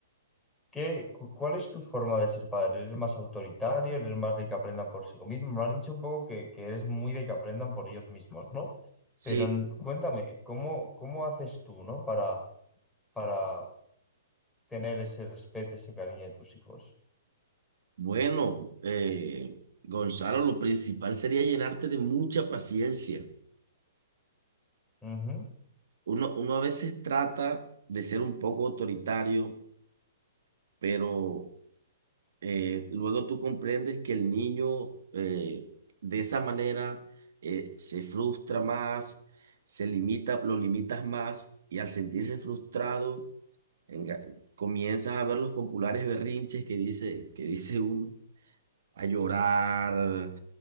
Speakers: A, in the centre; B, on the right (about 70°).
A: ¿Qué, cu- cuál es tu forma de ser padre? ¿Eres más autoritario? ¿Eres más de que aprendan por sí mismos? Me has dicho un poco que, que eres muy de que aprendan por ellos mismos, ¿no?
B: Sí,
A: Pero n- cuéntame, ¿cómo, cómo haces tú, ¿no? Para, para tener ese respeto, ese cariño de tus hijos.
B: bueno, eh, Gonzalo, lo principal sería llenarte de mucha paciencia.
A: Ujú,
B: Uno, uno a veces trata de ser un poco autoritario, pero eh, luego tú comprendes que el niño eh, de esa manera eh, se frustra más, se limita, lo limitas más y al sentirse frustrado enga- comienzas a ver los populares berrinches que dice, que dice uno, a llorar,